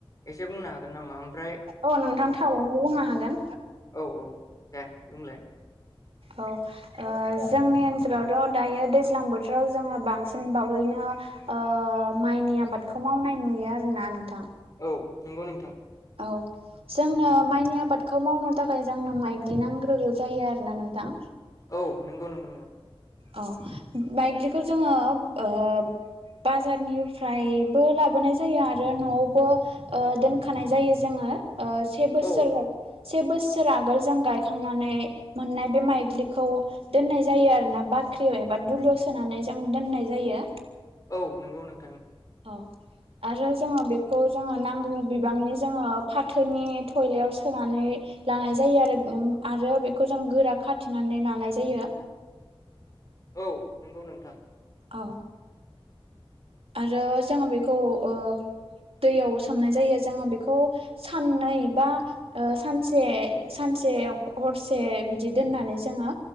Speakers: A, on the left (about 35°); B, on the right (about 80°).
A: एसे बुंनो हागोन नामा ओमफ्राय
B: औ नोंथां थारैनो बुंनो हागोन
A: ओ औ औ। दे बुंलाय।
B: औ ओ जोंनि ओनसोलावथ' दायो दैज्लां बोथोराव जोङो बांसिन बावैनो आ ओ माइनि आबादखौ मावनाय नुयो आरोना नोंथां।
A: औ नोंगौ नोंथां।
B: औ जोंनो माइनि आबादखौ मावनो थाखाय जोंनो माइग्लि नांग्रोगौ जायो आरोना नोंथां।
A: औ नोंगौ नोंगौ नोंगौ।
B: औ माइग्लिखौ जोङो ओ बाजारनिफ्रायबो लाबोनाय जायो आरो न'आवबो ओ दोनखानाय जायो जोङो। ओ से बोसोर
A: औ
B: <unintelligible> से बोसोर आगोल जों गायखांनानै मोननाय बे माइग्लिखौ दोननाय जायो आरोना बा ख्रियाव एबा दुलियाव सोनानै जों दोननाय जायो।
A: औ नोंगौ नों
B: औ आरो जोङो बेखौ जोङो नांगौ बिबांनि जोङो फाथोनि थयलायाव सोनानै लानाय जायो आरो उम आरो बेखौ जों गोरा खाथिनानै लानाय जायो।
A: औ नंगौ नोंथां।
B: औ। आरो जोङो बेखौ ओ दैयाव सोमनाय जायो जोङो बेखौ साननै बा ओ सानसे सानसे हरसे बिदि दोननानै जोङो